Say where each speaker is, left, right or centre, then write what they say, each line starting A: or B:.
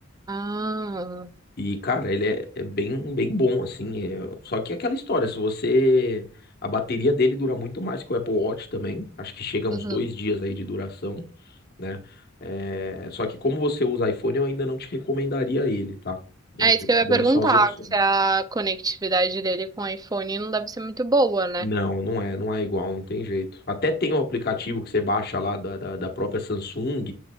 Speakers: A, on the right; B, on the left.
A: Ah.
B: E, cara, ele é, é bem, bem bom, assim. é- Só que é aquela história, se você. A bateria dele dura muito mais que o Apple Watch também. Acho que chega a uns
A: uhum.
B: dois dias aí de duração, né? É, Só que como você usa iPhone, eu ainda não te recomendaria ele, tá? É,
A: É
B: tô
A: isso que eu ia
B: dando
A: perguntar,
B: só as opções.
A: se a conectividade dele com o iPhone não deve ser muito boa, né?
B: Não, não é, não é igual, não tem jeito. Até tem um aplicativo que você baixa lá da, da, da própria Samsung